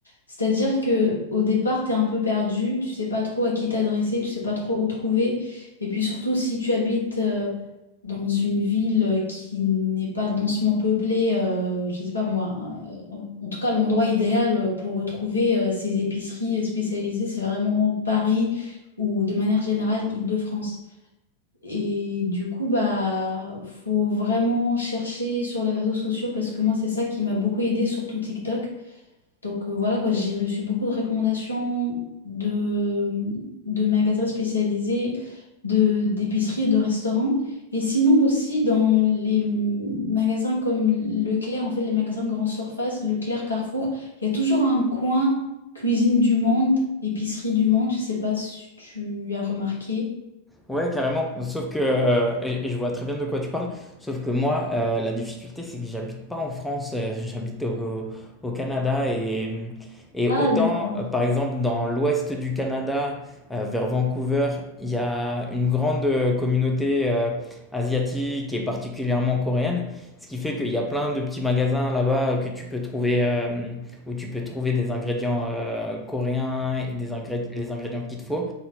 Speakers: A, on the left; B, in the centre.
A: C'est-à-dire que au départ, t'es un peu perdu, tu sais pas trop à qui t'adresser, tu sais pas trop où trouver. Et puis surtout, si tu habites euh, dans une ville euh, qui n'est pas densement peuplée, euh, je sais pas moi, euh, en en tout cas l'endroit idéal euh, pour retrouver euh, ces épiceries euh, spécialisées, c'est vraiment Paris ou de manière générale Île-de-France. Et du coup, bah, faut vraiment chercher sur les réseaux sociaux parce que moi, c'est ça qui m'a beaucoup aidé, surtout TikTok. Donc euh, voilà quoi, j'ai reçu beaucoup de recommandations de, de magasins spécialisés, de, d'épiceries et de restaurants. Et sinon aussi dans les magasins comme Leclerc, en fait, les magasins de grande surface, Leclerc, Carrefour, il y a toujours un coin cuisine du monde, épicerie du monde. Je sais pas si tu as remarqué.
B: Ouais, carrément. Sauf que, euh, et, et je vois très bien de quoi tu parles, sauf que moi, euh, la difficulté, c'est que j'habite pas en France, euh, <laughs> j'habite au, au Canada. Et, et
A: Ah,
B: autant,
A: d'accord.
B: euh, par exemple, dans l'ouest du Canada, euh, vers Vancouver, il y a une grande euh, communauté euh, asiatique et particulièrement coréenne, ce qui fait qu'il y a plein de petits magasins là-bas que tu peux trouver, euh, où tu peux trouver des ingrédients euh, coréens et des ingré- les ingrédients qu'il te faut.